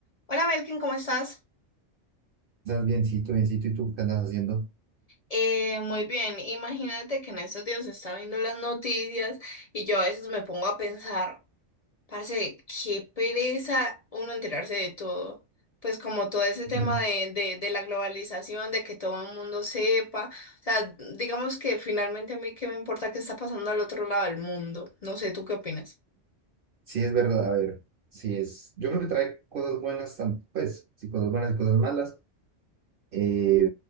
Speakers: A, on the left; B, on the right.
A: Hola Melkin, ¿cómo estás?
B: Estás biencito, biencito, ¿y tú qué andas haciendo?
A: Eh, muy bien, imagínate que en estos días estaba viendo las noticias y yo a veces me pongo a pensar, parce, qué pereza uno enterarse de todo. Pues como todo ese
B: Bien.
A: tema de, de, de la globalización, de que todo el mundo sepa. O sea, digamos que finalmente a mí qué me importa qué está pasando al otro lado del mundo. No sé, ¿tú qué opinas?
B: Sí, es verdad, a ver, sí es. Yo creo que trae cosas buenas, tan- pues, sí, cosas buenas y cosas malas, Eh,